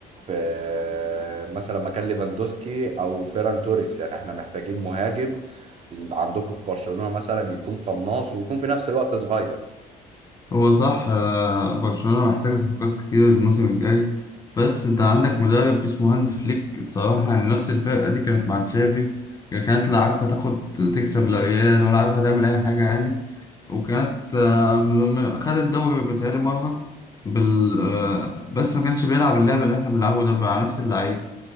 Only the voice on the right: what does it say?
في آه، مثلا مكان ليفاندوسكي او فيران توريس يعني احنا محتاجين مهاجم عندكم في برشلونه مثلا يكون قناص ويكون في نفس الوقت صغير